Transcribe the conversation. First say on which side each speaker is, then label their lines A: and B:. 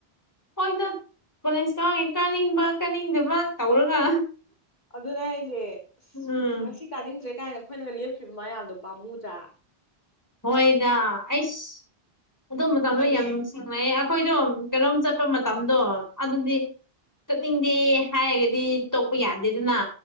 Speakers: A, on the left; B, on the left.
A: ꯍꯣꯏꯗ ꯀꯣꯂꯦꯖ ꯀꯥꯎꯋꯦꯡ ꯀꯥꯅꯤꯡꯕ ꯀꯥꯅꯤꯡꯗꯕ ꯇꯧꯔꯒ
B: ꯑꯗꯨꯅꯦ ꯍꯥꯏꯖꯦ
A: ꯎꯝ
B: ꯑꯁ ꯉꯁꯤ ꯀꯥꯅꯤꯡꯗ꯭ꯔꯦ ꯀꯥꯏꯅ ꯑꯩꯈꯣꯏꯅꯒ ꯂꯦꯞꯈꯤꯕ ꯃꯌꯥꯝꯗꯣ ꯄꯥꯝꯃꯨꯗ꯭ꯔ
A: ꯍꯣꯏꯗ ꯑꯩꯁ ꯑꯗꯨ ꯃꯇꯝꯗꯣ
B: ꯊꯥꯏꯅꯒꯤ
A: ꯌꯥꯝ ꯊ‌ꯦꯡꯅꯩꯌꯦ ꯑꯩꯈꯣꯏꯗꯣ ꯀꯩꯅꯣꯝ ꯆꯠꯄ ꯃꯇꯝꯗꯣ ꯑꯗꯨꯗꯤ ꯆꯠꯅꯤꯡꯗꯦ ꯍꯥꯏꯔꯒꯗꯤ ꯇꯣꯛꯄ ꯌꯥꯗꯦꯗꯅ